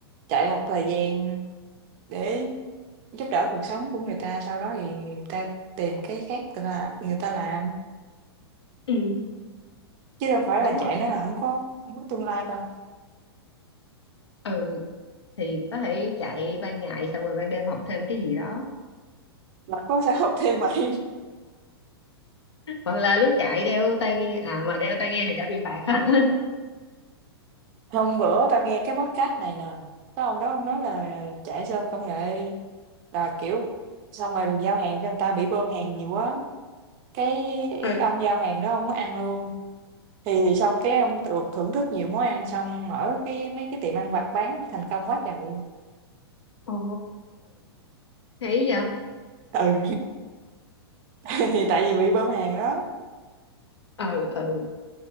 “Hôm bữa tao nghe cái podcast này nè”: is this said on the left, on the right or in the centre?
Right